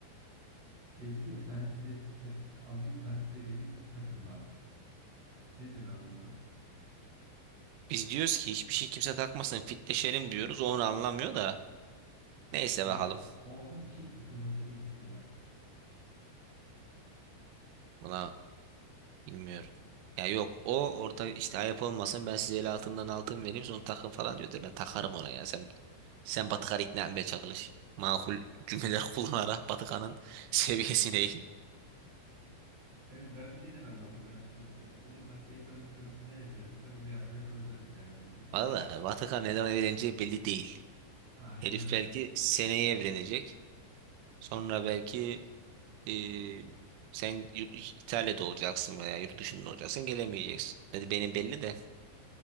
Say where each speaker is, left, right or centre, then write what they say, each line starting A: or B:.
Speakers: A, on the right; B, on the right.
A: Şey dedi ya ben size ta- alayım ben size vereyim siz takın bana. Ne diyorsun abi buna?
B: Biz diyoruz ki hiçbir şey kimse takmasın fitleşelim diyoruz. O onu anlamıyor da. Neyse
A: O,
B: bakalım.
A: o ona bir şey takılmasını istiyor.
B: Buna bilmiyorum. Ya yok o orada işte ayıp olmasın ben size el altından altın vereyim sonra takın falan diyor da ben takarım ona ya. Sen, sen Batıkan'ı ikna etmeye çalış. Makul cümleler kullanarak Batıkan'ın <laughs> seviyesine in.
A: Gerçi ben bir şey demem Batukan'a. Bu- O zamanki ekonomik durum ne el verirse onu yapmaya çalışırım. Yani yapacak bir şey
B: Valla
A: yok.
B: Batıkan neden eğleneceği belli değil.
A: Aynen
B: Herif
A: öyle.
B: belki seneye evlenecek. Sonra belki e, sen yurt- İtalya'da olacaksın veya yurt dışında olacaksın gelemeyeceksin. Dedi benim belli de.